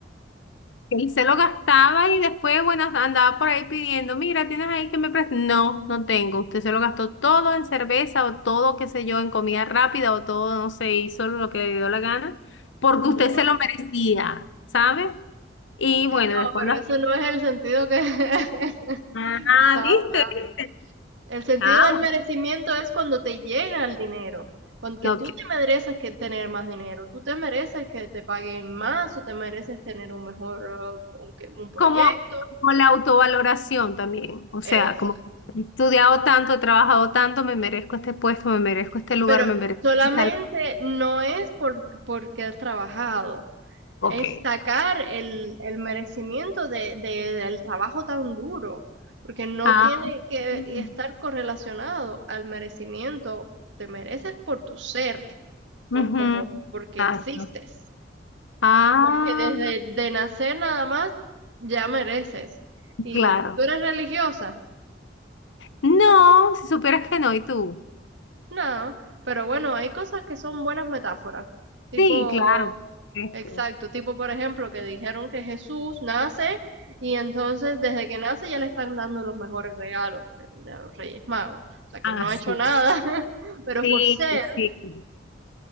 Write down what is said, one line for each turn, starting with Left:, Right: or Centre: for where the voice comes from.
Left: Él se lo gastaba y después, bueno, andaba por ahí pidiendo, mira, ¿tienes ahí que me prestes? No, no tengo. Usted se lo gastó todo en cerveza o todo, qué sé yo, en comida rápida o todo, no sé, hizo lo que le dio la gana, porque
Right: No,
Left: usted se lo merecía, ¿sabe? Y
Right: sí,
Left: bueno,
Right: no,
Left: después
Right: pero
Left: anda...
Right: eso no es el sentido que <laughs>
Left: Ah,
Right: estaba
Left: ¿viste?
Right: hablando.
Left: ¿Viste?
Right: El sentido
Left: Ah,
Right: del merecimiento es cuando te llega el dinero, cuando que
Left: bueno,
Right: tú
Left: ok.
Right: te mereces que tener más dinero, tú te mereces que te paguen más o te mereces tener un mejor uh, un, que- un proyecto,
Left: Como, como la autovaloración también, o
Right: exacto.
Left: sea, como he estudiado tanto, he trabajado tanto, me merezco este puesto, me merezco este lugar,
Right: Pero
Left: me merezco
Right: solamente
Left: esta...
Right: no es por, porque has trabajado.
Left: Ok.
Right: es sacar el, el merecimiento de, de- del trabajo tan duro, porque no
Left: Ah.
Right: tiene que
Left: mm.
Right: estar correlacionado al merecimiento. Te mereces por tu ser,
Left: Ujú,
Right: por como, porque
Left: Exacto.
Right: existes,
Left: Ah,
Right: porque desde de nacer nada más ya mereces. ¿Y
Left: claro.
Right: tú eres religiosa?
Left: No, si supieras que no, ¿y tú?
Right: No, pero bueno, hay cosas que son buenas metáforas, tipo
Left: Sí, claro. Esto.
Right: Exacto, tipo por ejemplo que dijeron que Jesús nace y entonces desde que nace ya le están dando los mejores regalos que- de los Reyes Magos. O sea que
Left: Ah,
Right: no ha
Left: sí.
Right: hecho nada, <laughs> pero
Left: Sí,
Right: por ser,
Left: sí. sí.